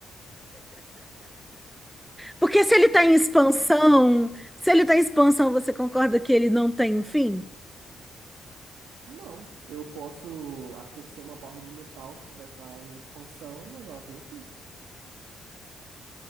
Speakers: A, in the centre; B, on the right.
A: Porque se ele está
B: Não,
A: em expansão, se ele está em expansão, você concorda que ele não tem um fim?
B: não. Eu posso aquecer uma barra de metal que vai estar em expansão, mas ela tem um fim,